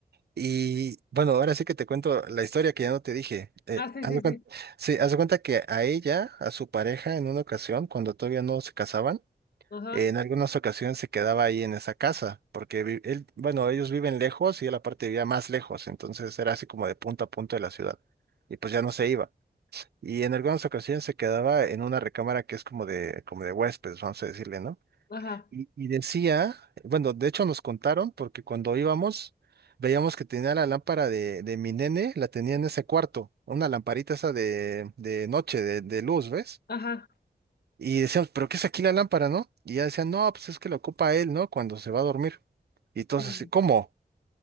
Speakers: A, on the right (about 85°); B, on the left (about 75°).
A: Y bueno, ahora sí que te cuento la historia que ya no te dije. Eh,
B: Ah, sí,
A: haz
B: sí,
A: de
B: sí.
A: cuen- sí, haz de cuenta que a ella, a su pareja, en una ocasión, cuando todavía no se casaban,
B: Ajá,
A: en algunas ocasiones se quedaba ahí en esa casa, porque vi- él, bueno, ellos viven lejos y él aparte vivía más lejos, entonces era así como de punto a punto de la ciudad. Y pues ya no se iba. Y en algunas ocasiones se quedaba en una recámara que es como de, como de huéspedes, vamos a decirle, ¿no?
B: ajá,
A: Y, y decía, bueno, de hecho nos contaron, porque cuando íbamos, veíamos que tenía la lámpara de, de mi nene, la tenía en ese cuarto, una lamparita esa de, de noche, de, de luz, ¿ves?
B: ajá.
A: Y decíamos, ¿pero qué es aquí la lámpara, no? Y ya decían, no, pues es que la ocupa él, ¿no? Cuando se va a dormir. Y entonces,
B: Mm,
A: así, ¿cómo?